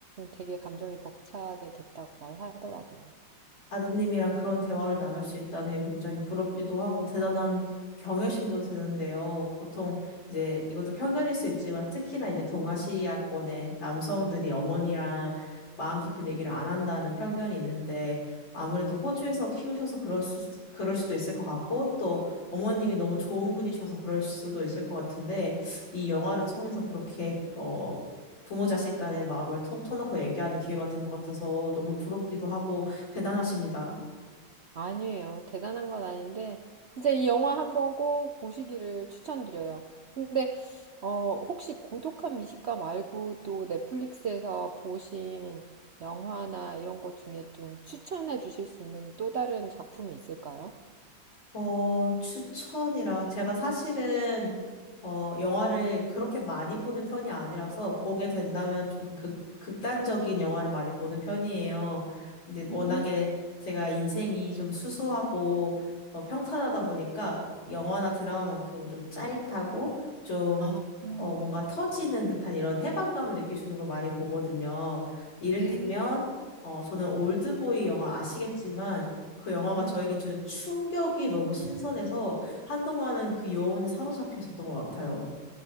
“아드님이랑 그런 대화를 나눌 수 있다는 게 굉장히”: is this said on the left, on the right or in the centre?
Left